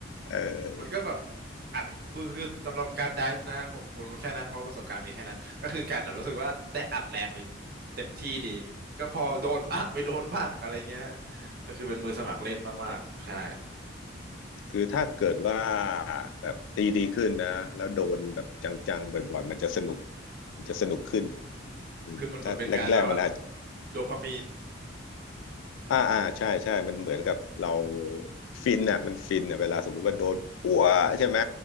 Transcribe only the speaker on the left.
เออ
อืมคือถ้าเกิดว่าแบบตีดีขึ้นนะแล้วโดนแบบจังๆบ่อยๆมันจะสนุกมันจะสนุกขึ้น
อืมถ้าแรกๆมันอาจ
อ่าอ่าใช่ใช่มันเหมือนกับเราฟินอ่ะมันฟินอ่ะเวลาสมมุติว่าโดนปั้วใช่ไหม